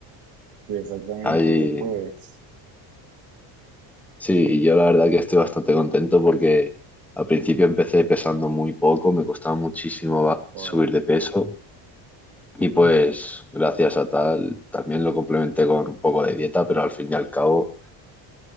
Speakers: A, on the right (about 70°); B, in the centre.
A: sí, exactamente,
B: Hay,
A: yo pues,
B: Sí, y yo la verdad que estoy bastante contento porque al principio empecé pesando muy poco, me costaba muchísimo ba-
A: por...
B: subir de peso y
A: ujú,
B: pues gracias a tal también lo complementé con un poco de dieta, pero al fin y al cabo